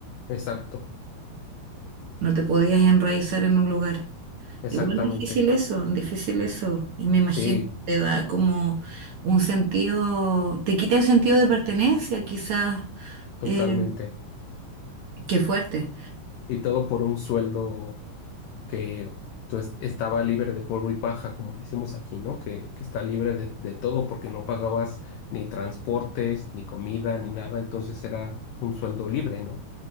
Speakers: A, on the left; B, on the right.
A: exacto,
B: no te podías enraizar en un lugar.
A: exactamente.
B: Igual difícil eso, difícil eso. Y me imagino
A: Sí,
B: que te da como un sentido, te quita el sentido de pertenencia, quizás.
A: totalmente.
B: Eh, qué fuerte.
A: Y todo por un sueldo. que entonces estaba libre de polvo y paja, como decimos aquí, ¿no? Que, que está libre de, de todo porque no pagabas ni transportes, ni comida, ni nada, entonces era un sueldo libre, ¿no?